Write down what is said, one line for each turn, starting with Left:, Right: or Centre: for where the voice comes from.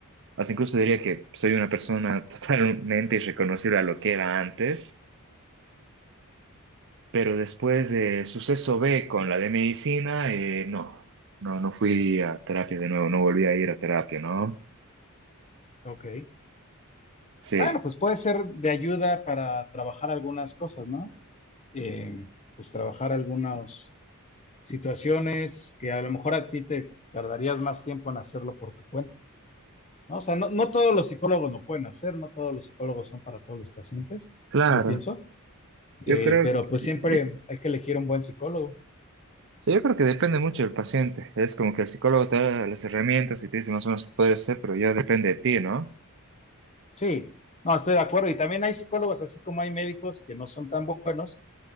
Right: Hasta incluso diría que soy una persona <laughs> totalmente irreconocible a lo que era antes, pero después de suceso B con la de medicina, eh, no, no, no fui a terapia de nuevo, no volví a ir a terapia, ¿no?
Left: Ok.
Right: Sí.
Left: Bueno, pues puede ser de ayuda para trabajar algunas cosas, ¿no? eh, pues trabajar algunas situaciones que a lo mejor a ti te tardarías más tiempo en hacerlo por tu cuenta. ¿no? O sea, no, no todos los psicólogos lo pueden hacer, no todos los psicólogos son para todos los pacientes,
Right: Claro,
Left: yo pienso, eh,
Right: yo creo
Left: pero
Right: que,
Left: pues siempre hay que elegir
Right: sí,
Left: un buen psicólogo.
Right: Sí, yo creo que depende mucho del paciente. Es como que el psicólogo te da las herramientas y te dice más o menos qué puede ser, pero ya depende de ti, ¿no?
Left: Sí, no, estoy de acuerdo. Y también hay psicólogos, así como hay médicos que no son tan buenos,